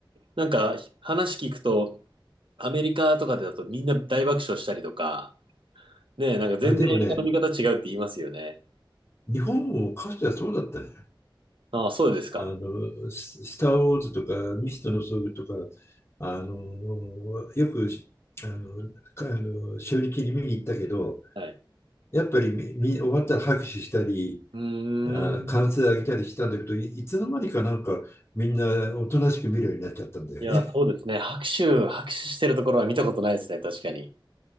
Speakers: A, on the right; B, on the left.
A: なんか話聞くと、アメリカとかだとみんな大爆笑したりとか、ねえ、なんか全然映画の見方違うって言いますよね。
B: あ、でもね、日本もかつてはそうだったね。
A: ああ、そうですか。
B: あの、ススター・ウォーズとか、ミストの装具とか、あの、よく、あの、かあの初日に見に行ったけど、
A: はい。
B: やっぱりみ、み終わったら拍手したり、
A: うーん。
B: あ、歓声上げたりしたんだけど、い、いつの間にかなんかみんなおとなしく見るようになっちゃったんだよね。
A: いや、そうですね。拍手、拍手してるところは見たことないですね。確かに。